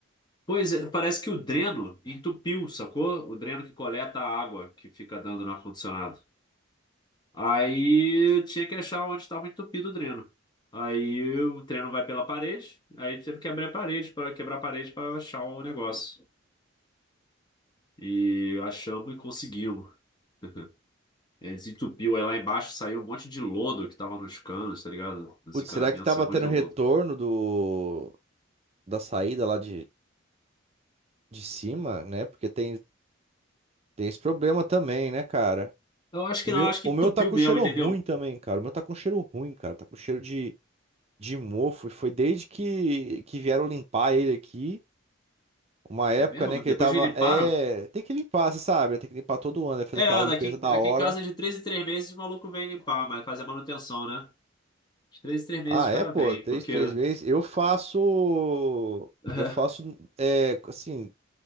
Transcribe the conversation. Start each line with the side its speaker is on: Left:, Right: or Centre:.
Left: Pois é, parece que o dreno entupiu, sacou? O dreno que coleta a água que fica dando no ar-condicionado. Aí tinha que achar onde estava entupido o dreno. Aí o dreno vai pela parede, aí teve que abrir a parede para quebrar a parede para achar o negócio. E achamos e conseguimos. <laughs> Ele desentupiu, aí lá embaixo saiu um monte de lodo que tava nos canos, tá ligado? Nos
Right: Putz,
Left: encanamentos,
Right: será que tava
Left: saiu
Right: tendo
Left: um monte de
Right: retorno
Left: lodo.
Right: do, da saída lá de, de cima, né? Porque tem Tem esse problema também, né, cara?
Left: Eu acho
Right: O
Left: que
Right: meu,
Left: não, eu acho que
Right: o
Left: entupiu
Right: meu tá com
Left: mesmo,
Right: cheiro
Left: entendeu?
Right: ruim também, cara. O meu tá com cheiro ruim, cara. Tá com cheiro de, de mofo. E foi desde que, que vieram limpar ele aqui. Uma época,
Left: É mesmo?
Right: né, que
Left: Depois
Right: ele tava.
Left: que limparam?
Right: É. Tem que limpar, você sabe? né? Tem que limpar todo ano, né? Fazer
Left: É,
Right: aquela limpeza
Left: daqui,
Right: da
Left: aqui
Right: hora.
Left: em casa é de 3 em 3 meses o maluco vem limpar, mas fazer manutenção, né? De 3 em 3 meses
Right: Ah,
Left: o
Right: é,
Left: cara
Right: pô,
Left: vem,
Right: três,
Left: porque.
Right: três meses. Eu faço.
Left: <laughs>
Right: Eu faço, é, assim,